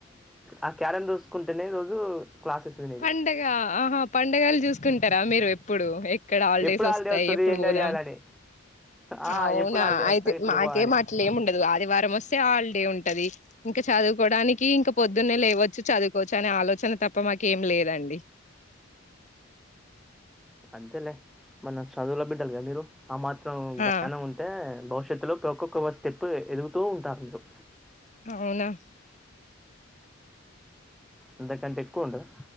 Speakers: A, in the centre; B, on the left (about 35°).
A: ఆ క్యారం రూసుకుంటేనే ఈ రోజు క్లాసెస్ వినేది
B: పండగ ఆహా పండగలు చూసుకుంటారా మీరు ఎప్పుడు ఇక్కడ హాలిడేస్
A: ఎప్పుడు హాలిడే
B: వస్తాయి
A: వస్తుంది
B: ఎప్పుడు
A: ఎంజాయ్
B: పోదం
A: చేయాలని "ఆ,
B: అవునా
A: ఎప్పుడు హాలిడే
B: అయితే
A: వస్తుంది ఎప్పుడు
B: మాకే
A: పో" అని
B: అట్లే ఏమి ఉండదు ఆదివారం వస్తే హాలిడే ఉంటది ఇంకా చదువుకోవడానికి ఇంకా పొద్దున్నే లేవచ్చు చదువుకోవచ్చు అనే ఆలోచన తప్ప మా క ఏం లేదండి
A: అంతేలే మన చదువుల బిడ్డాలి కదా మీరు ఆ మాత్రం జ్ఞానం
B: ఆ
A: ఉంటే భవిష్యత్ తు ఒక్కొక్క స్టెప్ ఎదుగుతూ ఉంటారు
B: అవునా
A: అంతకంటే ఎక్కువ ఉంటదా